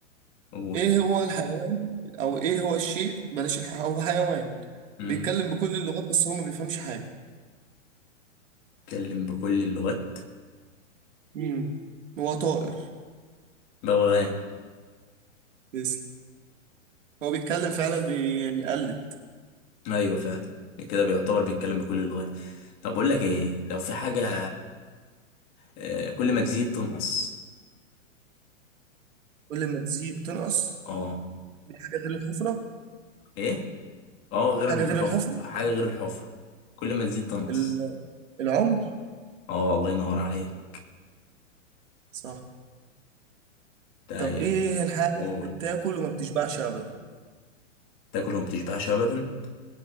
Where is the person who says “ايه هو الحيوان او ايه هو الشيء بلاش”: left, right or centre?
Right